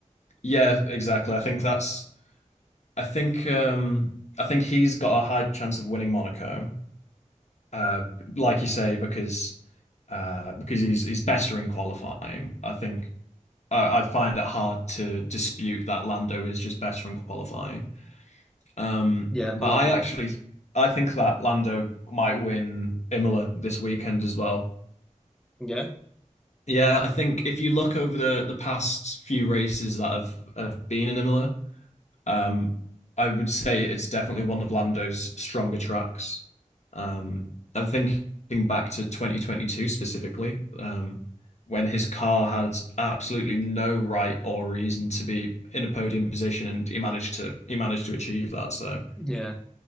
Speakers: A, on the left; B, in the centre.
A: Yeah, exactly. I think that's. I think. Um. I think he's got a high chance of winning Monaco. Uh, like you say, because. Uh, because he's he's better in qualifying. I think uh, I'd find it hard to dispute that Lando is just better in qualifying. Um,
B: Yeah,
A: but
B: I
A: I
B: agree
A: actually
B: with that.
A: I think that Lando might win Imola this weekend as well.
B: Yeah,
A: Yeah, I think if you look over the the past few races that have have been in Imola, um, I would say it's definitely one of Lando's stronger tracks. Um, I'm thinking back to 2022 specifically, um, when his car had absolutely no right or reason to be in a podium position, and he managed to he managed to achieve that. So,
B: yeah.